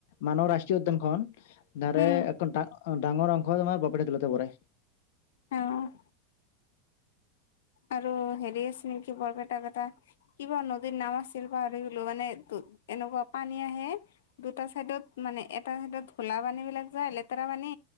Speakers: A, on the left (about 70°); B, on the left (about 85°).
A: মানৱ ৰাষ্ট্ৰীয় উদ্যানখন নাৰে
B: উম
A: এক ডাঙৰ অংশ তোমাৰ বপেটা দেলতে পৰে।
B: অ'। আৰু হেৰি আছে নেকি বৰপেটা কটা কিবা নদীৰ নাম আছিল পাহাৰী গিলো মানে এনেকুৱা পানী আহে দুটা চাইডত মানে এটা চাইডত ভোলা পানী বিলাক যায় লেতেৰা পানী